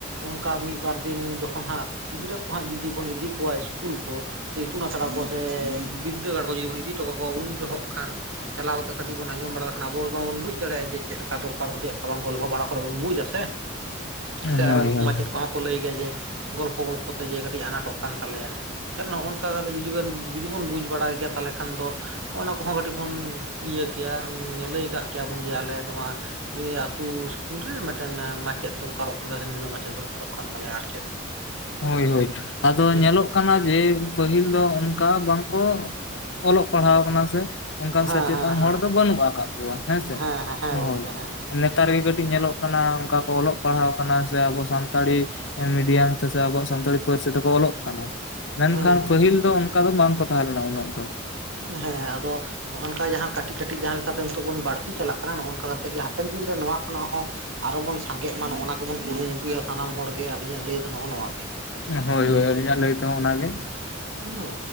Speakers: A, on the right (about 80°); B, on the left (about 65°).
A: ᱚᱱᱠᱟ ᱢᱤᱫ ᱵᱟᱨ ᱫᱤᱱ ᱡᱚᱠᱷᱚᱱ ᱦᱟᱸᱜ ᱜᱤᱫᱽᱨᱟᱹ ᱠᱚ ᱦᱟᱸᱜ ᱡᱩᱫᱤ ᱵᱚᱱ ᱤᱫᱤ ᱠᱚᱣᱟ ᱤᱥᱠᱩᱞ ᱠᱚ ᱥᱮ ᱤᱛᱩᱱ ᱟᱥᱲᱟ ᱠᱚ ᱥᱮ ᱵᱤᱫᱽᱫᱟᱹᱜᱟᱲ ᱠᱚ ᱡᱩᱫᱤ ᱵᱚᱱ ᱤᱫᱤ ᱦᱚᱴᱚ ᱠᱟᱠᱚᱣᱟ ᱩᱱ ᱡᱚᱦᱚᱜ ᱠᱷᱟᱱ ᱪᱟᱞᱟᱣ ᱠᱟᱛᱮ ᱠᱟᱹᱴᱤᱡ ᱵᱚᱱ ᱟᱸᱡᱚᱢ ᱵᱟᱲᱟ ᱞᱮᱠᱷᱟᱱ ᱟᱵᱚ ᱵᱚᱱ ᱵᱩᱡᱽ ᱫᱟᱲᱮᱭᱟᱜᱼᱟ ᱪᱮᱫ ᱞᱮ ᱠᱟ ᱫᱚᱨᱠᱟᱨ ᱪᱮᱫᱠᱟ ᱵᱟᱝ ᱜᱚᱞᱯᱷᱚ ᱵᱟᱲᱟ ᱠᱚᱨᱮ ᱵᱚᱱ ᱵᱩᱡᱟ ᱥᱮ,
B: ᱦᱳᱭ
A: ᱥᱮ ᱟᱨ ᱩᱱᱠᱩ
B: ᱦᱳᱭ
A: ᱢᱟᱪᱮᱫ ᱠᱚᱦᱚᱸ ᱠᱚ ᱞᱟᱹᱭ ᱜᱮᱭᱟ ᱡᱮ ᱜᱚᱞᱯᱷᱚ ᱜᱚᱞᱯᱷᱚ ᱛᱮ ᱡᱮ ᱠᱟᱹᱴᱤᱡ ᱟᱱᱟᱴᱚᱜ ᱠᱟᱱ ᱛᱟᱞᱮᱭᱟ᱾ ᱛᱟᱦᱚᱞᱮ ᱱᱚᱜᱼᱚᱭ ᱱᱚᱝᱠᱟ ᱠᱟᱛᱮ ᱡᱩᱫᱤ ᱡᱩᱫᱤ ᱵᱚᱱ ᱵᱩᱡ ᱵᱟᱲᱟᱭ ᱜᱮᱭᱟ ᱛᱟᱦᱚᱞᱮ ᱠᱷᱟᱱ ᱫᱚ ᱚᱱᱟ ᱠᱚ ᱦᱚᱸ ᱠᱟᱹᱴᱤᱡ ᱵᱚᱱ ᱤᱭᱟᱹ ᱠᱮᱭᱟ ᱞᱟᱹᱭ ᱠᱟᱜ ᱠᱮᱭᱟ ᱵᱚᱱ ᱡᱮ ᱟᱞᱮ ᱱᱚᱣᱟ ᱤᱭᱟᱹ ᱟᱛᱩ ᱤᱥᱠᱩᱞ ᱨᱮ ᱢᱤᱫ ᱴᱮᱱ ᱢᱟᱪᱮᱫ ᱫᱚᱨᱠᱟᱨᱚᱜ ᱠᱟᱱᱟ ᱥᱮ ᱱᱤᱱᱟᱹᱜ ᱢᱟᱪᱮᱫ ᱫᱚᱨᱠᱟᱨᱚᱜ ᱠᱟᱱ ᱛᱟᱞᱮᱭᱟ ᱟᱨ ᱪᱮᱫ
B: ᱦᱳᱭ ᱦᱳᱭ ᱟᱫᱚ
A: ᱦᱮᱸ
B: ᱧᱮᱞᱚᱜ ᱠᱟᱱᱟ ᱡᱮ ᱯᱟᱹᱦᱤᱞ ᱫᱚ ᱚᱱᱠᱟ ᱵᱟᱝ ᱠᱚ ᱚᱞᱚᱜ ᱯᱟᱲᱦᱟᱣ ᱠᱟᱱᱟ ᱥᱮ ᱚᱱᱠᱟᱱ
A: ᱦᱮᱸ
B: ᱥᱮᱪᱮᱫ-ᱟᱱ
A: ᱦᱮᱸ ᱦᱮᱸ
B: ᱦᱚᱲ ᱫᱚ ᱵᱟᱹᱱᱩᱜ ᱟᱠᱟᱫ ᱠᱚᱣᱟ ᱦᱮᱸᱥᱮ
A: ᱦᱮᱸ ᱦᱮᱸ ᱦᱮᱸ ᱦᱮᱸ ᱜᱚᱝᱠᱮ
B: ᱦᱳᱭ᱾
A: ᱦᱮᱸ ᱦᱮᱸ
B: ᱱᱮᱛᱟᱨ ᱜᱮ ᱠᱟᱹᱴᱤᱡ ᱧᱮᱞᱚᱜ ᱠᱟᱱᱟ ᱚᱱᱠᱟ ᱠᱚ ᱚᱞᱚᱜ ᱯᱟᱲᱦᱟᱣ ᱠᱟᱱᱟ ᱥᱮ ᱟᱵᱚ ᱥᱟᱱᱛᱟᱲᱤ ᱢᱤᱰᱤᱭᱟᱢ ᱟᱵᱚᱣᱟᱜ ᱥᱟᱱᱛᱟᱲᱤ ᱯᱟᱹᱨᱥᱤ ᱛᱮᱠᱚ ᱚᱞᱚᱜ ᱠᱟᱱᱟ ᱢᱮᱱᱠᱷᱟᱱ
A: ᱦᱮᱸ ᱦᱮᱸ
B: ᱯᱟᱹᱦᱤᱞ ᱫᱚ ᱚᱱᱠᱟ ᱫᱚ ᱵᱟᱝ ᱠᱚ ᱛᱟᱦᱮᱸ ᱞᱮᱱᱟ ᱩᱱᱟᱹᱜ ᱫᱚ᱾
A: ᱦᱮᱸ ᱟᱫᱚ ᱚᱱᱠᱟ ᱡᱟᱦᱟᱸ ᱠᱟᱹᱴᱤᱡ ᱠᱟᱹᱴᱤᱡ ᱡᱟᱦᱟᱸ ᱞᱮᱠᱟ ᱛᱮ ᱱᱤᱛᱚᱜ ᱵᱚᱱ ᱵᱟᱹᱲᱛᱤ ᱪᱟᱞᱟᱜ ᱠᱟᱱᱟ ᱱᱚᱜ ᱱᱚᱝᱠᱟ ᱠᱟᱛᱮᱜ ᱜᱮ ᱦᱟᱯᱮᱱ ᱫᱤᱱ ᱨᱮ ᱱᱚᱣᱟ ᱠᱷᱚᱱᱟᱜ ᱦᱚᱸ ᱟᱨᱚ ᱵᱚᱱ ᱥᱟᱸᱜᱮᱜ ᱢᱟ ᱱᱚ ᱚᱱᱟ <unintelligible> ᱵᱚᱱ ᱠᱩᱨᱩᱢᱩᱴᱩᱭᱟ ᱥᱟᱱᱟᱢ ᱦᱚᱲ ᱜᱮ ᱟᱹᱞᱤᱧᱟᱜ ᱞᱟᱹᱭ ᱫᱚ ᱱᱚᱜᱼᱚ ᱱᱚᱣᱟ ᱜᱮ
B: ᱦᱳᱭ
A: ᱦᱮᱸ᱾
B: ᱦᱳᱭ ᱟᱹᱞᱤᱧᱟᱜ ᱞᱟᱹᱭ ᱛᱮᱦᱚᱸ ᱚᱱᱟᱜᱮ
A: ᱦᱮᱸ